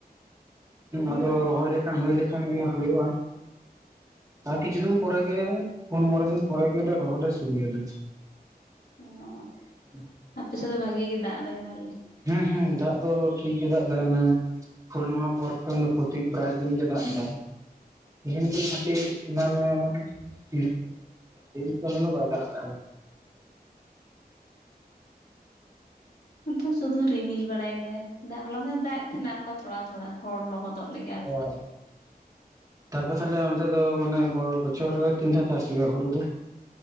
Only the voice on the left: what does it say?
ᱚᱸ
ᱟᱯᱮ ᱥᱮᱜ ᱫᱚ ᱵᱷᱟᱜᱮ ᱜᱮ ᱫᱟᱜ ᱫᱟᱭ ᱛᱟᱦᱚᱞᱮ᱾
ᱱᱚᱛᱮ ᱥᱩᱫᱩ ᱨᱤᱢᱤᱞ ᱵᱟᱲᱟᱭᱮᱫᱟᱭ ᱫᱟᱜ ᱦᱚᱞᱟ-ᱢᱟᱸᱫᱷᱮᱨᱼᱮ ᱫᱟᱜ ᱮᱫ ᱛᱟᱦᱮᱸᱱᱟ ᱚᱱᱠᱟ ᱛᱷᱚᱲᱟ ᱛᱷᱚᱲᱟ ᱦᱚᱲ ᱞᱚᱦᱚᱫᱚᱜ᱾ ᱞᱮᱠᱟ